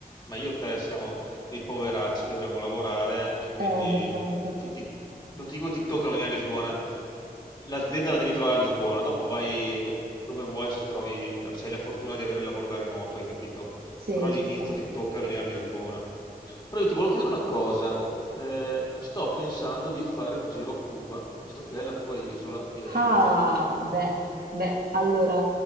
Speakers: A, on the left; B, on the right.
A: ma io e te siamo dei poveracci, dobbiamo lavorare e quindi
B: Eh, abbastanza.
A: ti- ti- non ti dico ti tocca venire a Lisbona. L'azienda la devi trovare a Lisbona, dopo vai dove vuoi se trovi, se hai la fortuna di avere il lavoro da remoto, hai capito?
B: Sì,
A: Però all'inizio
B: ci sta.
A: ti tocca venire a Lisbona. Però io ti volevo chiedere una cosa. Eh, sto pensando di fare un giro a Cuba, visto che è la tua isola di origine.
B: Ah, beh, beh, allora,